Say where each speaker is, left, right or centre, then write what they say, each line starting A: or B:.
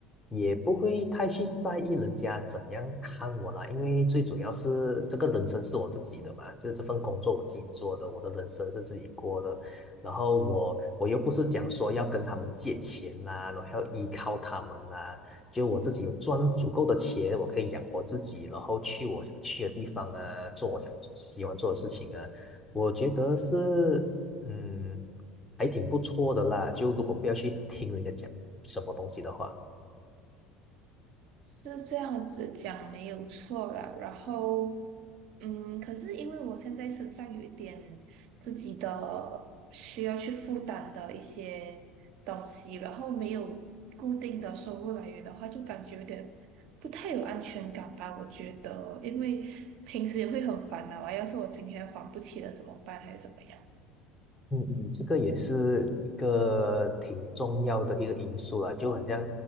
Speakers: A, on the left; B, on the right.
A: 也不会太去在意人家怎样看我啦，因为最主要是这个人生是我自己的嘛，就是这份工作我自己做的，我的人生是自己过的。然后我我又不是讲说要跟他们借钱啦，然后要依靠他们啦。就我自己有赚足够的钱，我可以养活自己，然后去我想去的地方啊，做我想喜欢做的事情啊，我觉得是嗯，还挺不错的啦。就如果不要去听人家讲什么东西的话。
B: 是这样子讲没有错啦。然后，嗯，可是因为我现在身上有一点自己的需要去负担的一些东西，然后没有固定的收入来源的话，就感觉有点不太有安全感吧。我觉得，因为平时也会很烦恼啊，要是我今天还不起了怎么办，还是怎么样？
A: 嗯嗯，这个也是一个挺重要的一个因素了，就好像